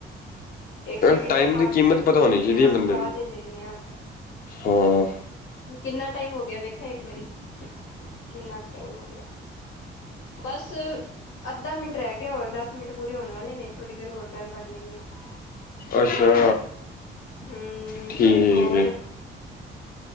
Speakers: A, on the left; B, on the left.
A: ਇੱਕ ਸੈਕਿੰਡ
B: ਇਹ ਟਾਈਮ
A: ਚ ਆਪਾਂ
B: ਦੀ
A: ਅੱਖ
B: ਕੀਮਤ
A: ਚਪਕ
B: ਪਤਾ
A: ਲੈਂਦੇ
B: ਹੋਣੀ ਚਾਹੀਦੀ
A: ਹਾਂ
B: ਬੰਦੇ
A: ਸਾਹ
B: ਨੂੰ
A: ਲੈ ਲੈਂਦੇ ਹਾਂ
B: ਹਾਂ।
A: ਕਿੰਨਾ ਟਾਈਮ ਹੋ ਗਿਆ ਵੇਖਾ ਇੱਕ ਵਾਰੀ ਕਿੰਨਾ ਟਾਈਮ ਹੋ ਗਿਆ। ਬਸ। ਅੱਧਾ ਮਿੰਟ ਰਹਿ ਗਿਆ ਹੋਰ ਦਸ ਮਿੰਟ ਪੂਰੇ ਹੋਣ ਵਾਲੇ ਨੇ ਥੋੜੀ ਦੇਰ ਹੋਰ ਗੱਲ ਕਰ ਲੈਂਦੇ ਹੈ।
B: ਅੱਛਾ
A: ਹਮ
B: ਠੀਕ
A: ਹੋਰ
B: ਹੈ।